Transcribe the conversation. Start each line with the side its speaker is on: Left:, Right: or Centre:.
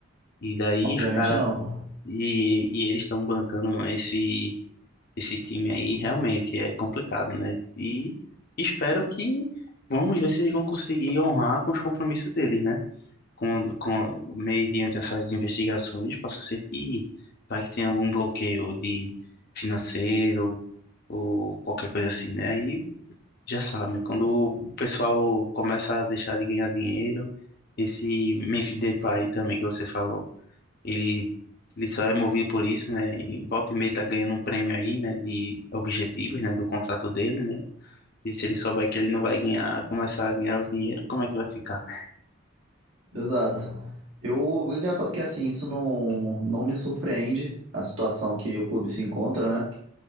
Left: E daí
Right: Obviamente
Left: os caras
Right: não.
Left: e, e eles estão bancando esse esse time aí realmente é complicado, né? E espero que vamos ver se eles vão conseguir honrar com os compromissos deles, né? Com, com mediante essas investigações, possa ser que vai que tenha algum bloqueio de financeiro ou qualquer coisa assim, né? Aí já sabe, né? quando o pessoal começa a deixar de ganhar dinheiro, esse Memphis Depay também que você falou ele, ele só é movido por isso, né? E volta e meia tá ganhando um prêmio aí, né? De objetivos, né? Do contrato dele, né? E se ele souber que ele não vai ganhar, começar a ganhar o dinheiro, como é que vai ficar?
Right: Exato. Eu, o engraçado é que assim, isso não, não me surpreende a situação que o clube se encontra, né?